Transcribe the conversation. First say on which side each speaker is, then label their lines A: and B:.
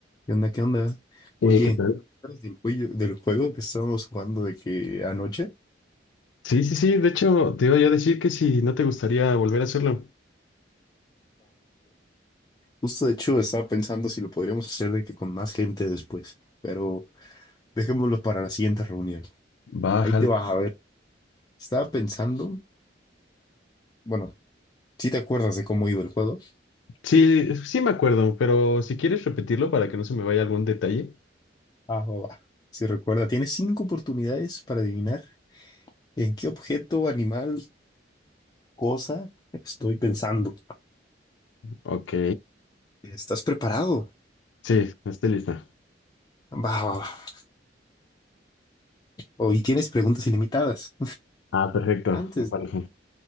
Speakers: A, on the left (about 20°); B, on the left (about 85°).
A: ¿Qué onda? ¿Qué onda?
B: Eh,
A: Oye,
B: ¿qué tal?
A: ¿te acuerdas del, cuello- del juego que estábamos jugando de que anoche?
B: Sí, sí, sí, de hecho, te iba yo a decir que si no te gustaría volver a hacerlo,
A: Justo de hecho estaba pensando si lo podríamos hacer de que con más gente después, pero dejémoslo para la siguiente reunión.
B: bájalo.
A: Ahí te vas a ver. Estaba pensando, bueno, si te acuerdas de cómo iba el juego?
B: Sí, sí me acuerdo, pero si quieres repetirlo para que no se me vaya algún detalle.
A: Ah, va, va. Si recuerda, tienes cinco oportunidades para adivinar en qué objeto, animal, cosa estoy pensando.
B: Ok.
A: ¿Estás preparado?
B: Sí, estoy lista.
A: Va, va, va. Hoy tienes preguntas ilimitadas.
B: Ah, perfecto,
A: Antes.
B: me parece.